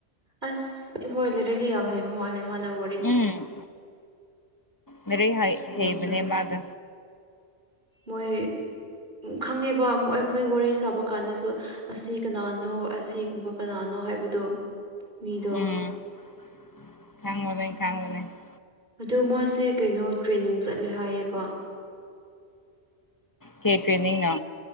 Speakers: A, on the right; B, on the left.
A: ꯑꯁ ꯏꯕꯣꯏ ꯂꯩꯔꯦꯒ ꯌꯥꯝ ꯍꯩꯕ ꯃꯥꯜꯂꯦ ꯃꯥꯥꯟꯅꯕ
B: ꯎꯝ ꯂꯩꯔꯤꯛ
A: ꯃꯑꯣꯡꯗꯣ
B: ꯍꯥꯏꯕꯥꯅꯦꯃꯗꯨ
A: ꯃꯣꯏ ꯈꯪꯉꯦꯕ ꯑꯩꯈꯣꯏ ꯋꯥꯔꯤ ꯁꯥꯕ ꯀꯥꯟꯗꯁꯨ ꯑꯁꯤ ꯀꯅꯥꯅꯣ ꯑꯁꯤꯒꯨꯝꯕ ꯀꯅꯥꯅꯣ ꯍꯥꯏꯕꯗꯣ ꯃꯤꯗꯣ
B: ꯎꯝ <unintelligible>
A: ꯑꯗꯣ ꯃꯥꯁꯦ ꯀꯩꯅꯣ ꯇ꯭ꯔꯦꯅꯤꯡ ꯆꯠꯂꯦ ꯍꯥꯏꯌꯦꯕ
B: ꯀꯦꯇꯔꯅꯤꯡ ꯅꯣ꯫